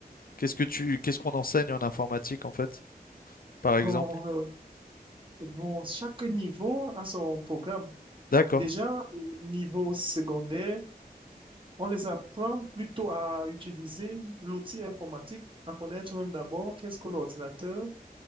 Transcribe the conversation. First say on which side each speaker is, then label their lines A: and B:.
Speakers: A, on the left; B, on the right.
A: Qu'est-ce que tu, qu'est-ce qu'on enseigne en informatique, en fait, par
B: Bon,
A: exemple?
B: euh, bon, chaque niveau a son programme.
A: D'accord,
B: Déjà, au niveau secondaire, on les apprend plutôt à utiliser l'outil informatique, à connaître d'abord qu'est-ce que l'ordinateur